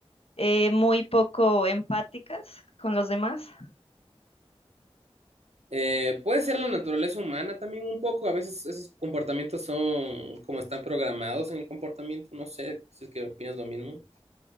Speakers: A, on the left; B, on the right.
A: eh, muy poco empáticas con los demás.
B: Eh, puede ser la naturaleza humana también un poco, a veces esos comportamientos son como están programados en el comportamiento, no sé si es que opinas lo mismo.